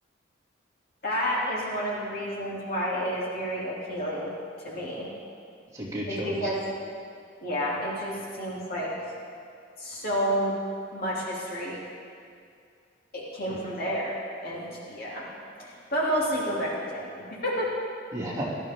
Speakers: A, on the left (about 50°); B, on the right (about 20°).
A: That is one of the reasons why it is very appealing to me
B: It's a good
A: is
B: choice.
A: because yeah, it just seems like so much history it came
B: right?
A: from there. And yeah. But mostly Gobekli Tepe. <laughs>
B: Yeah.